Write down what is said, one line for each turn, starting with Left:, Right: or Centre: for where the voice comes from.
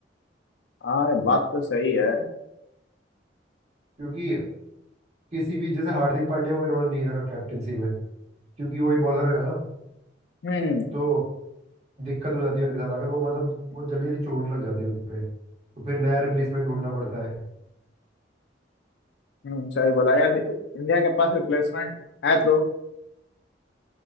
Left: हाँ ये बात तो सही है
Right: क्योंकि किसी भी जैसे हार्दिक पांड्या को भी इन्होंने नहीं रखा कैप्टनसी में क्योंकि वही बॉलर है ना
Left: हम्म
Right: तो दिक्कत हो जाती है उनके साथ अगर वो मतलब वो जल्दी जल्दी चोट लग जाती है उनपे तो फिर नया रिप्लेसमेंट ढूंढना पड़ता है
Left: हम्म, सही बोला यार इंडिया के पास रिप्लेसमेंट है तो